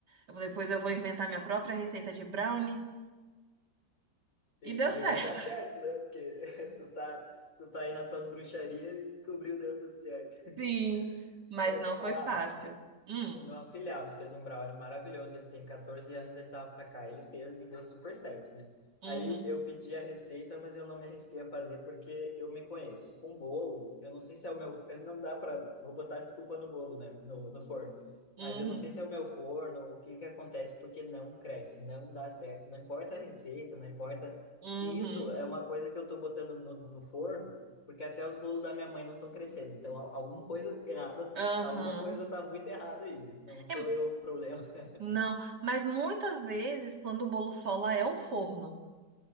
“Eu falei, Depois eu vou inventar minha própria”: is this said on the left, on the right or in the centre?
Right